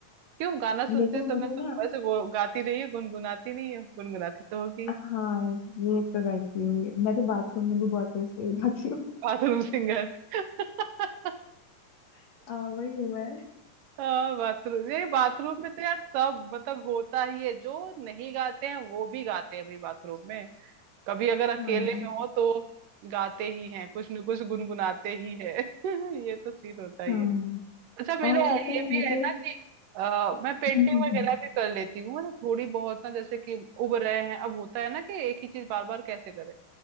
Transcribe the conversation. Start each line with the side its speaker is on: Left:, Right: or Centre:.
Right: क्यों गाना सुनते
Left: लेकिन
Right: समय
Left: मुझे
Right: तुम
Left: ना
Right: बस वो गाती रही हो गुनगुनाती नहीं हो गुनगुनाती तो होगी
Left: हाँ ये तो करती हूँ मैं तो बाथरूम में भी बहुत तेज तेज गाती हूँ
Right: Bathroom singer <laughs>
Left: <laughs> हाँ वही हुआ है
Right: हाँ बाथरूम नहीं बाथरूम में तो यार सब मतलब होता ही है जो नहीं गाते हैं वो भी गाते हैं भाई बाथरूम में कभी अगर अकेले
Left: हाँ
Right: में हो तो गाते ही हैं कुछ न कुछ गुनगुनाते ही है <laughs> ये तो सीन होता ही
Left: हाँ
Right: है अच्छा मेरा
Left: और पता
Right: ये
Left: है मुझे
Right: भी है ना कि अ, मैं पेंटिंग
Left: हम्म, हम्म,
Right: वगैरह
Left: हम्म,
Right: भी कर लेती हूँ मतलब थोड़ी बहुत ना जैसे कि उब रहे हैं अब होता है ना कि एक ही चीज बार बार कैसे करें